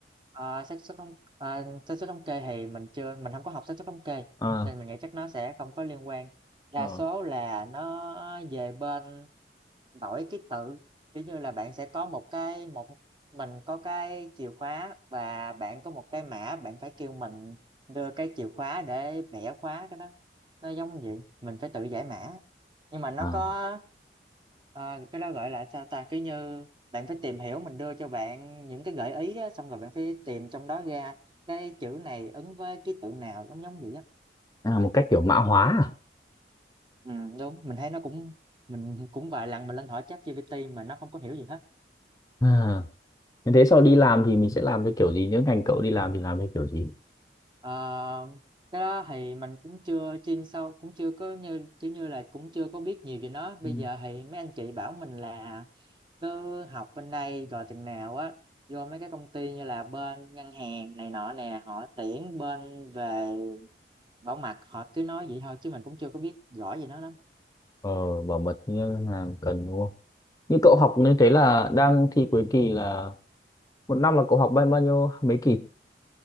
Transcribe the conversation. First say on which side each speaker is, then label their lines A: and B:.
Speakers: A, on the right; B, on the left.
A: Ờ, xác suất thống ờ, xác suất thống kê thì mình chưa mình không có học xác suất thống kê
B: à
A: nên mình nghĩ chắc nó sẽ không có liên quan đa
B: à
A: số là nó về bên đổi ký tự ví như là bạn sẽ có một cái một mình có cái chìa khóa và bạn có một cái mã bạn phải kêu mình đưa cái chìa khóa để bẻ khóa cái đó nó giống vậy mình phải tự giải mã nhưng mà nó
B: à
A: có ờ, cái đó gọi là sao ta cứ như bạn phải tìm hiểu mình đưa cho bạn những cái gợi ý á, xong rồi bạn phải tìm trong đó ra cái chữ này ứng với ký tự nào giống giống vậy á
B: À, một cách kiểu mã hóa
A: ừ, đúng mình thấy nó cũng mình cũng vài lần mình lên hỏi ChatGPT mà nó không có hiểu gì hết
B: à? À, như thế sau đi làm thì mình sẽ làm với kiểu gì? Nếu ngành cậu đi làm thì làm với kiểu gì?
A: Ờ, cái đó thì mình cũng chưa chuyên sâu cũng chưa có như kiểu như là cũng chưa có biết nhiều về nó
B: Ừ.
A: bây giờ thì mấy anh chị bảo mình là cứ học bên đây rồi chừng nào á vô mấy cái công ty như là bên ngân hàng này nọ nè họ tuyển bên về bảo mật họ cứ nói vậy thôi chứ mình cũng chưa có biết rõ về nó lắm
B: Ờ, bảo mật thì ngân hàng cần đúng không? Như cậu học nên thế là đang thi cuối kỳ là một năm là cậu học bao bao nhiêu mấy kỳ?